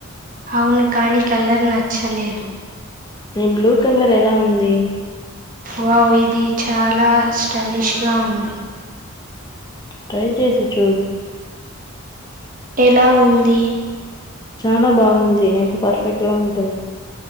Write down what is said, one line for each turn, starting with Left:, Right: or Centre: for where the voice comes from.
Right: అవును కాని కలర్ నచ్చలేదు
Left: ఈ బ్లూ కలర్ ఎలా ఉంది
Right: వావ్ ఇది చాలా స్టైలిష్ గా ఉంది
Left: ట్రై చేసి చూడు
Right: ఎలా ఉంది
Left: చాలా బాగుంది నీకు పర్ఫెక్ట్ గా ఉంటుంది